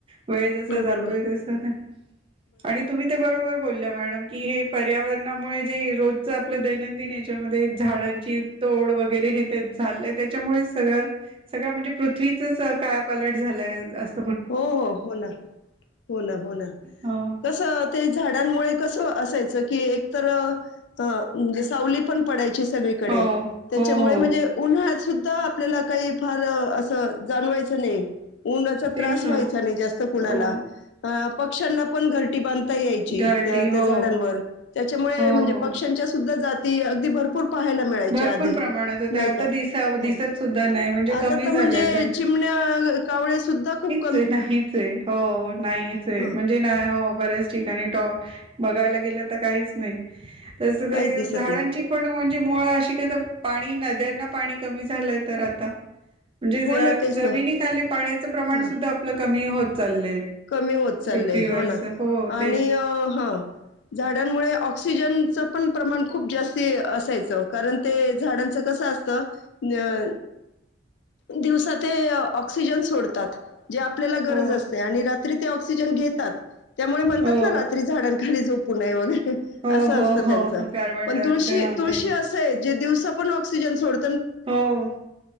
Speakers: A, on the right; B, on the left.
A: वेळ जसा
B: हो.
A: जातोय
B: बरोबर.
A: तस ना, आणि तुम्ही ते बरोबर बोले. मडम की हे पर्यावरणामुळे जे रोजच आपलं दैनंदिन याच्यामध्ये झाडांची तोड वगैरे हे ते झालंय त्याच्यामुळे सगळं सगळं म्हणजे पृथ्वीचच कायापालट झालाय अस.
B: हो हो हो ना हो ना हो ना,
A: हो
B: कसं ते झाडांमुळे कस असायच की एक तर अ म्हणजे सावली पण पडायची. सगळीकडे
A: हो
B: त्याच्यामुळे
A: हो हो
B: म्हणजे उन्हाच सुद्धा आपल्याला काही फार असं जाणवायचं नाही ऊनच.
A: तेच
B: त्रास
A: ना
B: व्हायचा नाही जास्त कुणाला
A: हो
B: अ अप पक्षांना पण घरटी बांध <unintelligible> त्या
A: घरटी
B: त्या
A: हो
B: झाडांवर त्याच्या मुळो
A: हो
B: म्हणजे
A: हो
B: पक्षांच सुध्दा जाते अगदी भरपूर पाहायला मिळायच्या
A: भरपूर
B: आधी
A: प्रमाणात होते
B: नाही
A: आता
B: का
A: दिसा
B: हो
A: दिसत सुद्धा नाही म्हणजे
B: आत
A: कमी
B: त
A: झालं
B: म्हणजे
A: ते
B: चिमन्या कवळे सुद्धा खुप
A: ते नाहीच हे हो नाहीच हे
B: हा
A: म्हणजे नाही हो बऱ्याच ठिकाणी टॉ बघायला गेलं तर काहीच नाही. तस ते
B: काहीच दिसत
A: झाडांची
B: नाही
A: पण म्हणजे मुळ अ का पाणी नद्यांना पाणी कमी झालंय तर आता म्हणजे
B: हो ना तेच
A: जमिनीखाली
B: ना
A: पाण्याचं प्रमाण
B: हां
A: सुद्धा आपलं क मी होत चाललंय
B: कमी होत चाललय
A: पृथ्वीवरच
B: हो ना
A: हो तेच
B: आणि अ हा झाडांमुळे ऑक्सिजनच पण प्रमाण खूप जास्त असायचं कारण ते झाडांच कसं असतं अ दिवसाात ऑक्सिजन सोडतात जे आपल्याला गरज
A: हो
B: असते आणि ऑक्सिजन घेतात त्यामुळे म्हणतात
A: हो
B: ना रात्री झाडां घरी जो पु नाहीय वगैरे
A: हो
B: असं
A: हो
B: असतं
A: हो
B: त्यांच
A: कार्बन
B: पण
A: डायऑक्साइड
B: तुळशी
A: हा
B: तुळशी
A: ते
B: असं आहेच दिव पण ऑक्सिजन सोड
A: हो